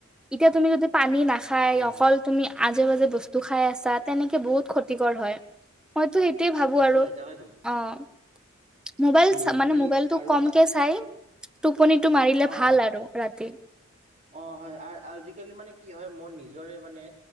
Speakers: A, in the centre; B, on the right.
A: এতিয়া তুমি যদি পানী নাখ- খায়
B: হয় হয়
A: অকল তুমি আজে বাজে বস্তু খাই আছা তেনেকে বহুত ক্ষতিকৰ হয়। মইতো সেইটোয়ে ভাবোঁ
B: নিশ্চয়
A: আৰু,
B: তাকেতো
A: অহ। মোবাইল
B: উম
A: মানে
B: আমি
A: মোবাইলটো
B: আৰু
A: কমকে
B: তা
A: চাই টোপনিটো মাৰিলে
B: অঁ
A: ভাল
B: অঁ
A: আৰু ৰাতি।
B: অ হয়, আজিকালি মানে কি হয় মই নিজৰে মানে